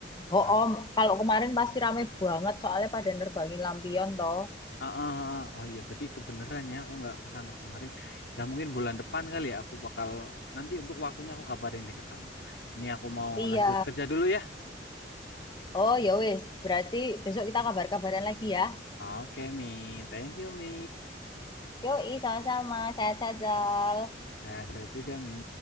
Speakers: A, on the left (about 65°); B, on the left (about 25°).
A: ah,
B: Oh, om, kalau kemarin pasti rame banget soalnya pada nerbangin lampion toh.
A: ah, ah, ah. oh iya berarti kebeneran ya aku nggak kesana kemarin ya mungkin bulan depan kali ya aku bakal nanti untuk waktunya aku kabarin deh ke kamu ini aku mau
B: Iya.
A: lanjut kerja dulu ya
B: Oh, ya wis, berarti besok kita kabar-kabaran lagi ya.
A: oke Mi thank you Mi
B: Yoi, sama-sama. Sehat-sehat, Zal.
A: sehat-sehat juga Mi